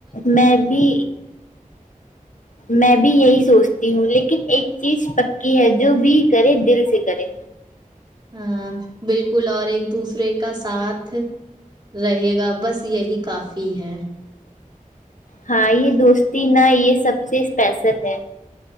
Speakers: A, on the left; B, on the right.
A: میں بھی میں بھی یہی سوچتی ہوں لیکن ایک چیز پکی ہے جو بھی کرے دل سے کرے
B: ہاں بالکل اور ایک دوسرے کا ساتھ رہے گا بس یہی کافی ہے
A: ہاں یہ دوستی نا یہ سب سے اسپیشل ہے